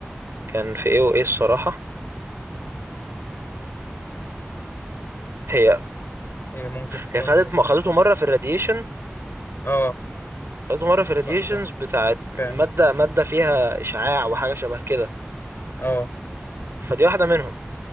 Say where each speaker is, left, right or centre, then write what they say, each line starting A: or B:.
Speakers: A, on the right; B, on the left.
A: كان في ايه وايه الصراحة هي
B: هي ممكن تكون
A: هي خدت ما خدته مره في الراديشن
B: اه
A: خدته مره في الراديشنز
B: ص- فاهم
A: بتاعت ماده
B: فاهم
A: ماده فيها اشعاع وحاجه شبه كده
B: اه
A: فدي واحده منهم